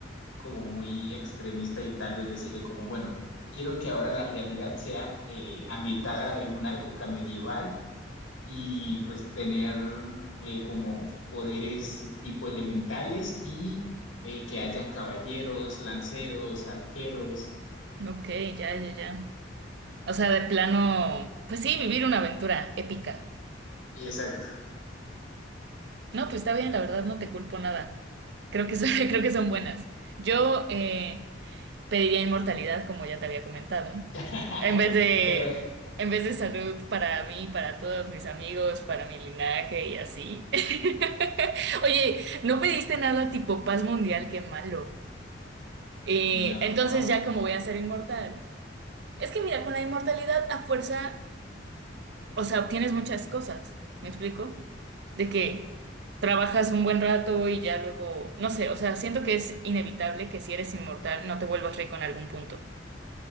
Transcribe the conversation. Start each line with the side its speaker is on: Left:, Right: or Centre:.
Left: como muy extremista y tal vez decirle como, bueno, quiero que ahora la realidad sea eh, ambientada en una época medieval y pues tener eh, como poderes tipo elementales y eh, que hayan caballeros, lanceros, arqueros.
Right: Ok, ya, ya, ya. O sea, de plano, pues sí, vivir una aventura épica.
Left: Exacto.
Right: No, pues está bien, la verdad no te culpo nada. Creo que son, <laughs> creo que son buenas. Yo eh, pediría inmortalidad, como ya te había comentado,
Left: <laughs>
Right: en vez de,
Left: Pero
Right: en vez de salud para mí, para todos mis amigos, para mi linaje y así. <laughs> Oye, no pediste nada tipo paz mundial, qué malo. Eh,
Left: no.
Right: entonces ya como voy a ser inmortal. Es que mira, con la inmortalidad a fuerza o sea, obtienes muchas cosas, ¿me explico? De que trabajas un buen rato y ya luego, no sé, o sea, siento que es inevitable que si eres inmortal no te vuelvas rico en algún punto.